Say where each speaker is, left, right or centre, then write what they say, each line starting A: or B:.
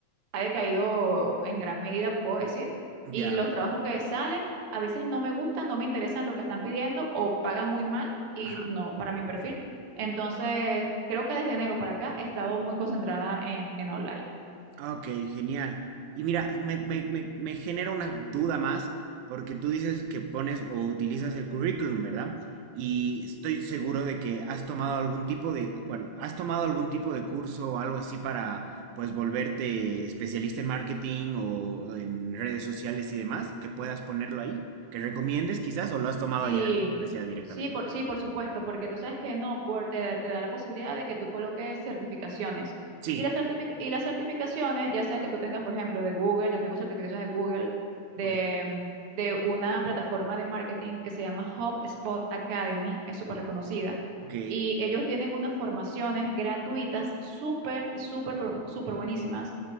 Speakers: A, on the right; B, on the right.
A: ha decaído en gran medida, puedo decir, y
B: Ya.
A: los trabajos que salen a veces no me gustan, no me interesan lo que están pidiendo o pagan muy mal y
B: Ajá.
A: no para mi perfil. Entonces, creo que desde enero para acá he estado muy concentrada en, en Outlier.
B: Ah, Ok, genial. Y mira, me, me, me, me genera una duda más, porque tú dices que pones o utilizas el currículum, ¿verdad? Y estoy seguro de que has tomado algún tipo de, bueno, has tomado algún tipo de curso o algo así para, pues, volverte especialista en marketing o en redes sociales y demás, que puedas ponerlo ahí, que recomiendes quizás, o lo has tomado
A: Sí,
B: allá, o sea directamente.
A: sí, por, sí, por supuesto, porque tú sabes que en Upwork te, te da la posibilidad de que tú coloques certificaciones.
B: Sí.
A: Y las, certific- y las certificaciones, ya sea que tú tengas, por ejemplo, de Google, yo tengo certificaciones de Google, de,
B: Ok.
A: mm, de una plataforma de marketing que se llama HubSpot Academy, es súper reconocida.
B: Ok.
A: Y ellos tienen unas formaciones gratuitas, súper, súper, pro- súper buenísimas,